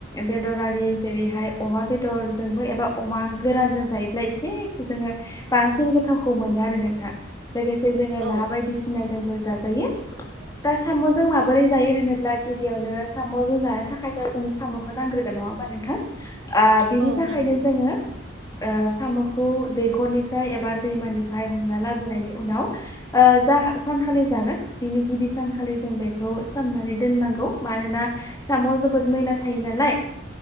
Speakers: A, on the left; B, on the right.
A: बेदरारि जेरैहाय अमा बेदरजोंबो एबा अमा गोरानजों जायोब्ला एसे जोङो बांसिन गोथावखौ मोनो आ रो नोंथां लोगोसे जोङो
B: औ
A: ना बायदिसिना जोंबो जाजायो। दा साम'जों माबोरै जायो होनोब्ला गिबियावनो साम'जों जानो थाखायथ' जोंनो साम'खौ नांग्रोन नङा होमबा नोंथां ओ बिनि
B: औ
A: थाखायनो
B: नंगौ
A: जोङो ओ साम'खौ दैखरनिफ्राय एबा दैमानिफ्राय हमना लाबोनायनि उनाव ओ जा सानखालि जागोन बिनि गिबि सानखालि जों बेखौ सोमनानै दोननांगौ मानोना साम'आव जोबोद मैला थायो नालाय